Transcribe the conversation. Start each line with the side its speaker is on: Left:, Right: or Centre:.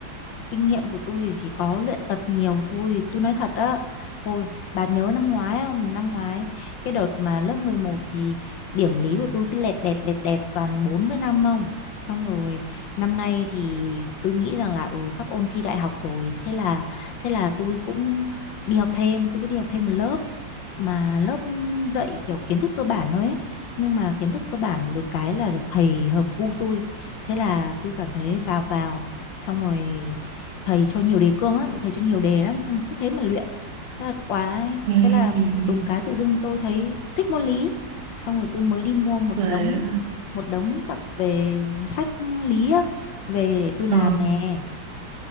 Left: kinh nghiệm của tôi chỉ có luyện tập nhiều thôi tôi nói thật á hồi bà nhớ năm ngoái không năm ngoái cái đợt mà lớp 11 thì điểm lý của tôi cứ lẹt đẹt lẹt đẹt toàn 4 với 5 không xong rồi năm nay thì tôi nghĩ rằng là ừ, sắp ôn thi đại học rồi thế là thế là tôi cũng đi học thêm tôi có đi học thêm một lớp mà lớp dạy kiểu kiến thức cơ bản thôi ấy. nhưng mà kiến thức cơ bản được cái là thầy hợp gu tôi thế là tôi cảm thấy vào vào xong rồi thầy cho nhiều đề cương lắm thầy cho nhiều đề lắm xong cứ thế mà luyện thế là quá
Right: Ừm,
Left: thế là đùng cái tự dưng tôi thấy thích môn lý xong rồi tôi mới đi mua một
Right: Về,
Left: đống một đống tập về sách lý á, về để tôi
Right: ờ.
Left: làm nè